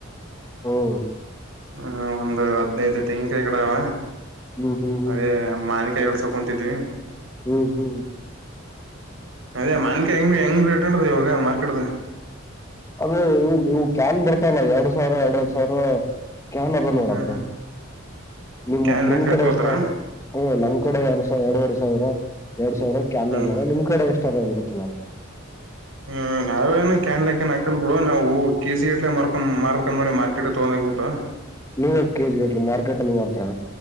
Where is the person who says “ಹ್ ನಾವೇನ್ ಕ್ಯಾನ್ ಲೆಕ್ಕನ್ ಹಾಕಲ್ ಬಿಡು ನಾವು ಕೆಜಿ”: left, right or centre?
Right